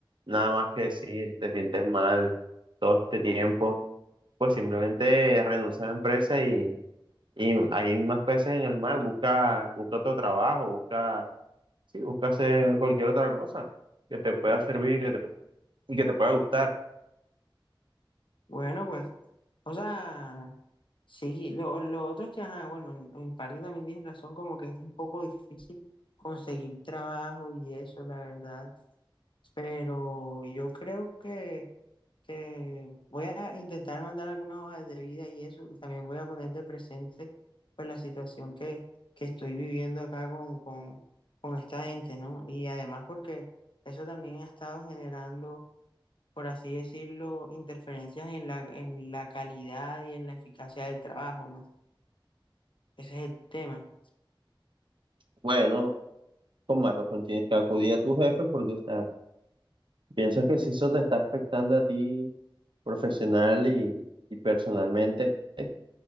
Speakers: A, on the right; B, on the left.
A: nada más que decir, te sientes mal todo este tiempo, pues simplemente renuncia a la empresa y, y hay más peces en el mar, busca, busca otro trabajo, busca Sí, busca hacer cualquier otra cosa que te pueda servir y que te, y que te pueda gustar.
B: Bueno, pues, o sea, sí, lo, lo otro es que, ajá, bueno, en, en parte también tienes razón, como que es un poco difícil conseguir trabajo y eso, la verdad. Pero yo creo que, que voy a intentar mandar algunas hojas de vida y eso, y también voy a poner de presente pues la situación que, que estoy viviendo acá con, con, con esta gente, ¿no? Y además porque eso también ha estado generando por así decirlo, interferencias en la, en la calidad y en la eficacia del trabajo, ¿no? Ese es el tema.
A: Bueno, con más razón tienes que acudir a tu jefe porque, o sea, pienso que si eso te está afectando a ti profesional y, y personalmente, eh,